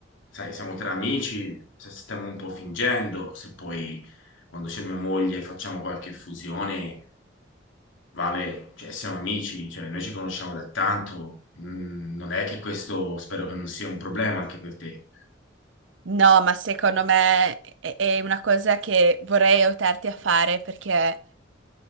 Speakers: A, on the left; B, on the right.
A: sai, siamo tra amici, se stiamo un po' fingendo, se poi quando c'è mia moglie facciamo qualche fusione, vale, cioè siamo amici, cioè noi ci conosciamo da tanto, mm, non è che questo spero che non sia un problema anche per te.
B: No, ma secondo me è, è una cosa che vorrei aiutarti a fare perché